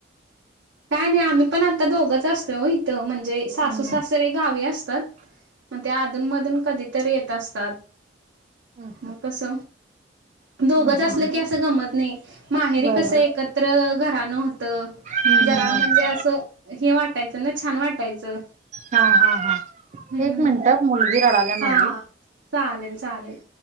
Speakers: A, on the right; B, on the right.
A: काय नाय आम्ही पण आता दोघंच असतोय इथं म्हण ते सासू
B: हम्म
A: सासरे गावी असतात मगं, ते आधून मधून कधीतरी येत असतात.
B: हम्म
A: मग कस दोघंच
B: हम्म
A: असल की असं गमत नाही. माहेरी
B: बरोबर
A: कस एकत्र घरानं होत,
B: हम्म
A: जरा
B: हम्म हम्म
A: म्हंजे असं हे वाटायचं ना छान वाटायचं.
B: हा हा हा
A: हम्म.
B: एक
A: हम्म.
B: मिनिटं मुलगी रडाला
A: हा
B: माझी.
A: हा. चालेल चालेल.